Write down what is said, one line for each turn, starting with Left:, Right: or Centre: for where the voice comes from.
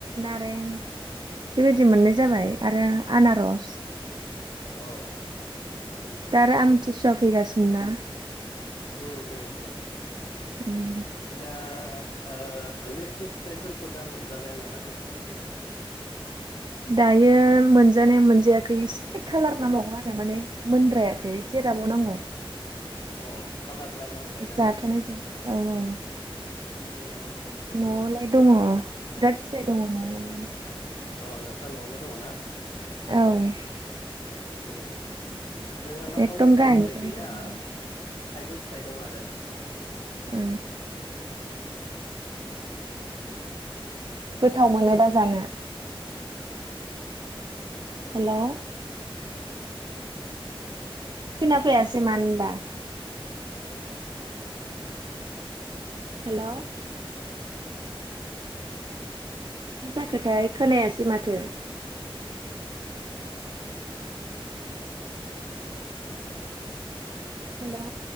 Right: नारें बेबायदि मोननाय जाबाय आरो आनारस
Left: औ उम उम
Right: दा आरो आमथिसुवा फैगासिनो ना
Left: होम होम होम
Right: ओम
Left: दा ओ लिसु फिथाइफोरखौ दा मोनजाबायानो नामा नोंसिनिखैजाय
Right: दायो मोनजानाया मोनजायाखै एसे खालार नांबावगौ आरो माने मोनद्रायाखै एसे राबाव नांगौ
Left: अ कालार जाबोहांबायना
Right: जाथ'नाय जाय दा औ औ
Left: उम उम उम
Right: न'आवलाय दङ बिराद फिथाइ दङ न'आव
Left: अ अ नोंस्रा न'आवबो दङ ना
Right: औ
Left: ओम ओम जोंहानाव
Right: एकदम
Left: लेसु
Right: गाहायनिफ्रायनो
Left: फिथाइ गैया
Right: थायदों
Left: थाइजौ फिथाइ दं आरो
Right: औ गोथाव मोनो दा जानो हेलौ खोना फैयासै मानोबा हेलौ मा जाखोथाय खोनायासै माथो हेलौ